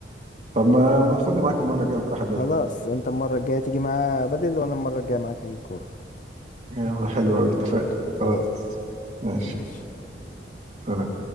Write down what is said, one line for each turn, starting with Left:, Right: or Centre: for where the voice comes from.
Right: طب ما ما تاخدني معاك المرة الجاية ونروح بدل
Left: خلاص انت المرة الجاية تيجي معايا بدل وانا المرة الجاية معاك هجيب كورة
Right: يا عم حلو أوي اتفقنا خلاص
Left: خلاص
Right: ماشي
Left: ماشي
Right: سلام